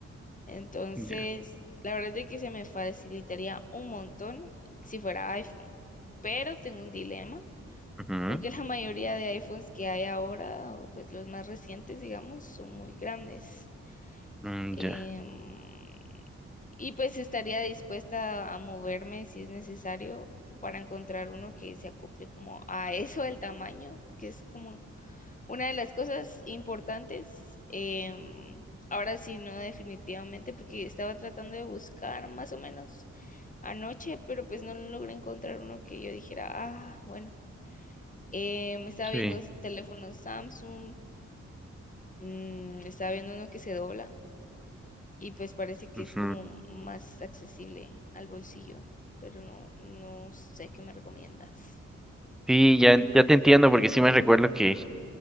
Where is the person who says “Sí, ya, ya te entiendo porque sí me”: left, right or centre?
Centre